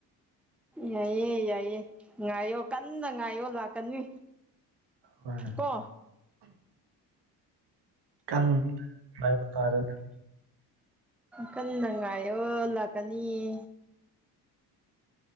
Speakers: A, in the centre; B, on the right.
A: ꯌꯥꯏꯌꯦ ꯌꯥꯏꯌꯦ ꯉꯥꯏꯌꯣ ꯀꯟꯅ ꯉꯥꯏꯌꯣ ꯂꯥꯛꯀꯅꯤ
B: ꯍꯣꯏ
A: ꯀꯣ
B: ꯀꯪ ꯍꯥꯏꯕ ꯇꯥꯔꯦꯅꯦ
A: ꯀꯟꯅ ꯉꯥꯏꯌꯣ ꯂꯥꯛꯀꯅꯤꯌꯦ